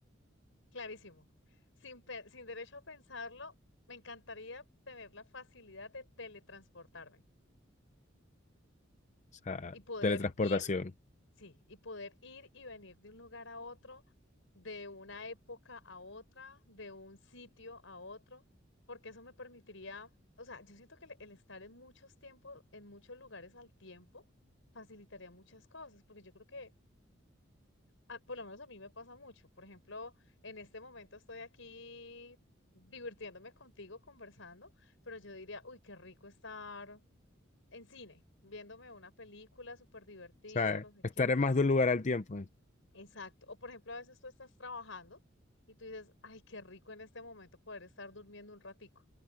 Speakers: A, on the left (about 80°); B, on the left (about 35°).
A: clarísimo. Sin, pe- sin derecho a pensarlo, me encantaría tener la facilidad de teletransportarme
B: sea,
A: y poder
B: teletransportación.
A: ir,
B: O
A: sí, y poder ir y venir de un lugar a otro, de una época a otra, de un sitio a otro, porque eso me permitiría, o sea, yo siento que el, el estar en muchos tiempos, en muchos lugares al tiempo, facilitaría muchas cosas, porque yo creo que a- por lo menos a mí me pasa mucho. Por ejemplo, en este momento estoy aquí divirtiéndome contigo, conversando, pero yo diría, uy, qué rico estar en cine, viéndome una película súper divertida,
B: sea,
A: no sé
B: estar
A: qué.
B: en más de un lugar al tiempo.
A: Exacto. O por ejemplo, a veces tú estás trabajando y tú dices, ay, qué rico en este momento poder estar durmiendo un ratico.